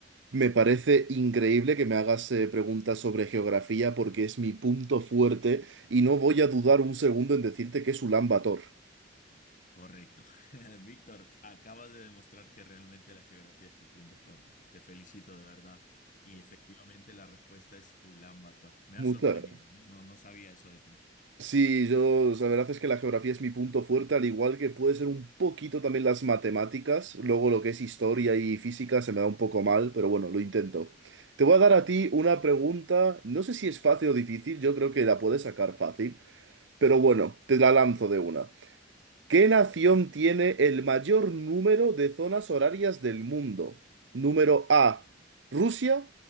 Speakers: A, on the right; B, on the left.
A: Me parece increíble que me hagas eh, preguntas sobre geografía porque es mi punto fuerte y no voy a dudar un segundo en decirte que es Ulan Bator.
B: Correcto. <laughs> Víctor, acabas de demostrar que realmente la geografía es tu punto fuerte. Te felicito de verdad. Y efectivamente la respuesta es Ulan Bator. Me
A: Mucha-
B: ha sorprendido, ¿eh? No, no sabía eso de ti.
A: Sí, yo, la verdad es que la geografía es mi punto fuerte, al igual que puede ser un poquito también las matemáticas. Luego lo que es historia y física se me da un poco mal, pero bueno, lo intento. Te voy a dar a ti una pregunta, no sé si es fácil o difícil, yo creo que la puedes sacar fácil, pero bueno, te la lanzo de una. ¿Qué nación tiene el mayor número de zonas horarias del mundo? Número A, Rusia,